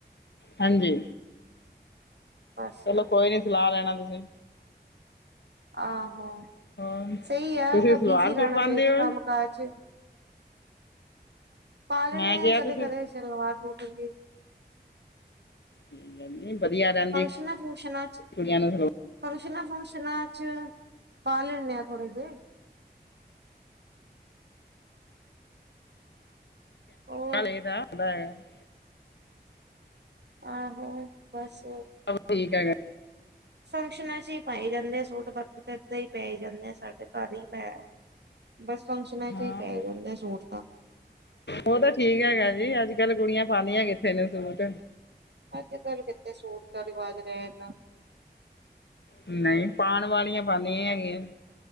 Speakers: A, on the left; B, on the right.
A: ਹਾਂਜੀ
B: ਬਸ
A: ਚਲੋ ਕੋਈ ਨੀ ਸਲਾਹ ਲੈਣਾ ਤੁਸੀ
B: ਆਹੋ
A: ਹੋਰ
B: ਸਹੀ ਆ
A: ਤੁਸੀਂ ਸਲਵਾਰ
B: ਬਿਜੀ ਰਹਿਣਾ
A: ਸੂਟ ਪਾਉਂਦੇ
B: ਚਾਹੀਦਾ
A: ਹੋ
B: ਕੰਮ ਕਾਜ ਪਾ ਲੈਂਦੇ
A: ਮੈਂ ਕਿਹਾ
B: ਹਾਂ ਕਦੇ
A: ਤੁਸੀਂ
B: ਕਦੇ ਸਲਵਾਰ ਬੂਟ ਵੀ
A: ਨਹੀਂ ਵਧੀਆ ਰਹਿੰਦੀ
B: ਫੰਸ਼ਨਾਂ ਫੂੰਸ਼ਨਾ
A: ਕੁੜੀਆਂ ਨੂੰ ਸਲਵਾਰ
B: ਫੰਕਸ਼ਨਾਂ ਫੂੰਕਸ਼ਨਾਂ ਚ ਪਾ ਲੈਨੇ ਆ ਥੋੜੇ ਜਹੇ ਹੋਰ
A: ਹਲੇ ਦਾ <unintelligible>
B: ਆਹੋ ਬਸ
A: <unintelligible>
B: ਫੰਕਸ਼ਨਾਂ ਚ ਹੀ ਪਾਏ ਜਾਂਦੇ ਆ ਸੂਟ ਬਾਕੀ ਤਾਂ ਇਦਾਂ ਹੀ ਪੈ ਹੀ ਜਾਂਦੇ ਆ ਸਾਡੇ ਘਰ ਹੀ ਪੈ ਬਸ ਫੰਕਸ਼ਨਾਂ ਚ
A: ਹਾਂ
B: ਹੀ ਪੈ ਜਾਂਦੇ ਸੂਟ ਤਾਂ
A: ਉਹ ਤਾਂ ਠੀਕ ਹੈਗਾ ਜੀ ਅੱਜ ਕੱਲ ਕੁੜੀਆਂ ਪਾਦੀਆਂ ਕਿੱਥੇ ਨੇ ਸੂਟ
B: ਅੱਜ ਕੱਲ੍ਹ ਕਿੱਥੇ ਸੂਟ ਦਾ ਰਿਵਾਜ ਰਿਹਾ ਇਨਾ
A: ਨਹੀਂ ਪਾਣ ਵਾਲੀਆਂ ਪਾਂਦੀਆਂ ਹੈਗੀਐਂ